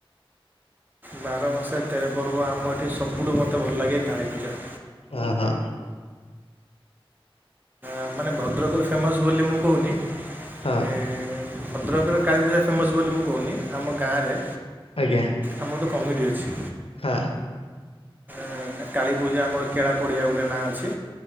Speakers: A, on the right (about 20°); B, on the left (about 80°).
A: ବାର ମାସରେ ତେର ପର୍ବ ଆମ ଏଠେ ସବୁଠୁ ମୋତେ ଭଲ ଲାଗେ କାଳୀପୂଜା।
B: ଓ ହୋ।
A: ଆ-ମାନେ ଭଦ୍ରକରେ ଫେମସ୍ ବୋଲି ମୁଁ କହୁନି
B: ହଁ
A: ଏଁ ଭଦ୍ରକରେ କାଳୀପୂଜା ଫେମସ୍ ବୋଲି ମୁଁ କହୁନି ଆମ ଗାଁରେ
B: ଆଜ୍ଞା।
A: ଆମ ଗୋଟେ କମିଟି ଅଛି।
B: ହାଁ।
A: ଏଁ-କା-କାଳୀପୂଜା ଆମର କେଳା ପଡ଼ିଆ ଗୋଟେ ନାଁ ଅଛି